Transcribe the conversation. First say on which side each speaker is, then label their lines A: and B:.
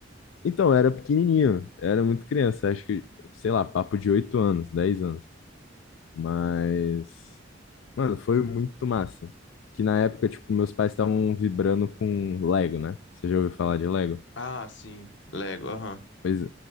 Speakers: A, on the left (about 80°); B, on the left (about 65°).
A: Então, eu era pequenininho, eu era muito criança, acho que, sei lá, papo de 8 anos, 10 anos. Mas, mano, foi muito massa. Que na época, tipo, meus pais estavam vibrando com Lego, né? Você já ouviu falar de Lego?
B: Ah, sim. Lego, aham.
A: Pois,